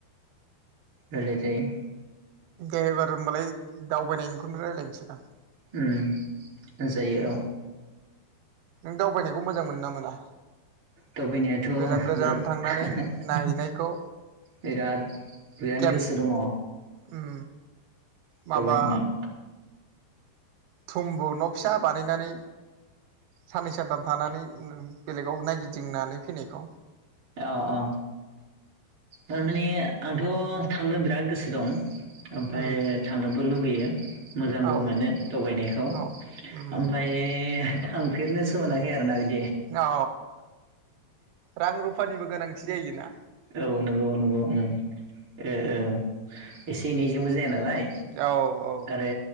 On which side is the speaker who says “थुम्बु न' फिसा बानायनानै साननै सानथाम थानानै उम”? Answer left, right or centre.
Right